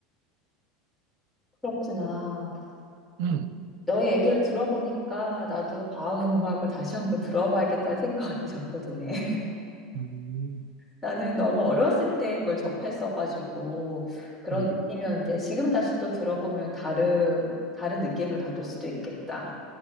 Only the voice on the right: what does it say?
음,
음,
음,